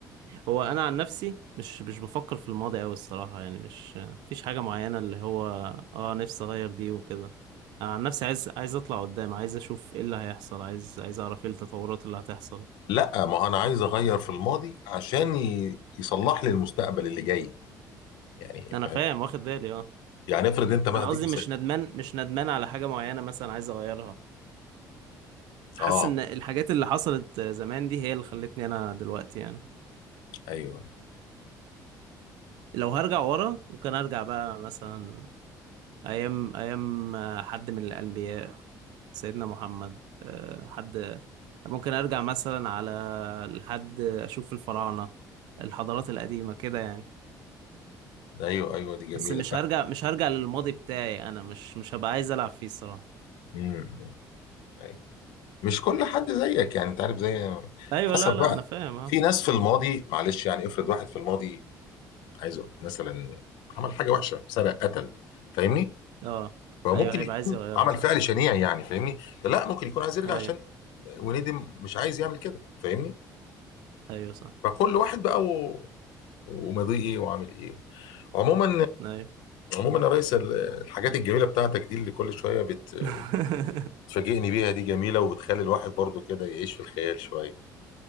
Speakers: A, on the right; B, on the left.
A: هو انا عن نفسي مش مش بفكر في الماضي قوي الصراحه يعني مش مفيش حاجه معينه اللي هو اه نفسي اغير دي وكده انا عن نفسي عايز عايز اطلع قدام عايز اشوف ايه اللي هيحصل عايز عايز اعرف ايه التطورات اللي هتحصل
B: لا ما هو انا عايز اغير في الماضي عشان ي- يصلح لي المستقبل اللي جاي يعني
A: انا
B: فاهم
A: فاهم واخد بالي اه
B: يعني افرض انت ما
A: انا
B: هديك
A: قصدي
B: مثال
A: مش ندمان مش ندمان على حاجه معينه مثلا عايز اغيرها حاسس
B: اه
A: ان الحاجات اللي حصلت زمان دي هي اللي خلتني انا دلوقتي يعني
B: ايوه
A: لو هرجع ورا وكان ارجع بقى مثلا أيام أيام آه، حد من الأنبياء سيدنا محمد آه، حد ممكن أرجع مثلا على لحد أشوف الفراعنة الحضارات القديمة كده يعني
B: ايوه ايوه دي جميلة
A: بس مش هرجع مش هرجع للماضي بتاعي أنا مش مش هبقى عايز ألعب فيه الصراحة
B: امم أيوة. مش كل حد زيك يعني انت عارف زي
A: أيوة
B: حسب
A: لا لا
B: بقى
A: أنا فاهم أه
B: في ناس في الماضي معلش يعني افرض واحد في الماضي عايز أقول مثلا عمل حاجة وحشة سرق قتل فاهمني
A: أه
B: فممكن
A: أيوة هيبقى
B: يكون
A: عايز يغيرها
B: عمل
A: صح
B: فعل شنيع يعني فاهمني لا ممكن يكون عايز يرجع
A: أيوة
B: عشان وندم مش عايز يعمل كده فاهمني
A: أيوة صح
B: فكل واحد بقى و... وماضيه ايه وعامل ايه عموما
A: أيوة
B: عموما يا ريس ال- الحاجات الجميله بتاعتك دي اللي كل شويه بت-
A: <laughs>
B: بتفاجئني بيها دي جميله وبتخلي الواحد برضو كده يعيش في الخيال شويه